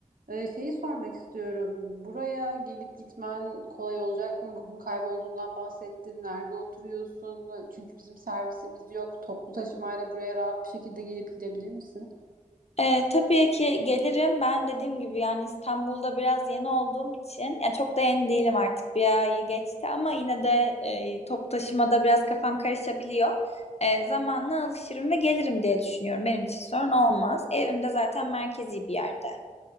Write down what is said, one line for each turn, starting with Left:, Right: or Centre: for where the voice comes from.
Right: Ee, Şeyi sormak istiyorum. Buraya gelip gitmen kolay olacak mı? Bugün kaybolduğundan bahsettin. Nerede oturuyorsun? Çünkü bizim servisimiz yok. Toplu taşımayla buraya rahat bir şekilde gelip gidebilir misin?
Left: E, tabii ki gelirim. Ben dediğim gibi yani İstanbul'da biraz yeni olduğum için ya çok da yeni değilim artık. Bir ayı geçti ama yine de e, top taşımada biraz kafam karışabiliyor. E, zamanla alışırım ve gelirim diye düşünüyorum. Benim için sorun olmaz. Evim de zaten merkezi bir yerde.